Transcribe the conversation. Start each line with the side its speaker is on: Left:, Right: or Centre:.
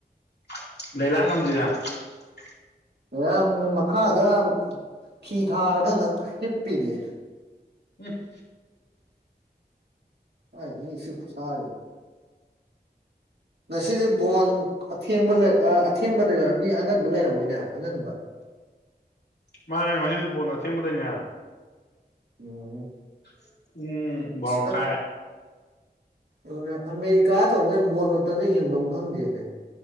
Left: <unintelligible>
Right: ꯌꯥꯝ ꯃꯈꯥꯗ ꯈꯤ ꯊꯥꯔꯒ ꯍꯤꯞꯄꯤꯅꯦ
Left: ꯎꯝ
Right: ꯍꯥꯏ ꯈꯨꯁ ꯉꯁꯤꯗꯤ ꯕꯣꯟ ꯑꯊꯦꯡꯕ ꯂꯩ ꯑꯊꯦꯡꯕꯗ ꯑꯣꯏꯔꯝꯅꯤ ꯑꯉꯟꯕ ꯂꯩꯔꯝꯃꯣꯏꯅꯦ ꯑꯉꯟꯕ
Left: ꯃꯥꯅꯦ ꯉꯁꯤꯗꯤ ꯕꯣꯠ ꯑꯊꯦꯡꯕꯗꯏꯅꯦ
Right: <unintelligible>
Left: <unintelligible> ꯎꯝ ꯕꯔꯣꯀꯥꯏ
Right: ꯑꯁ ꯑꯠ ꯑꯗꯨꯅꯦ ꯑꯃꯦꯔꯤꯀꯥꯗꯧꯗ ꯕꯣꯟ ꯃꯇꯝꯗ ꯌꯦꯡꯐꯝ ꯈꯪꯗꯦꯅꯦ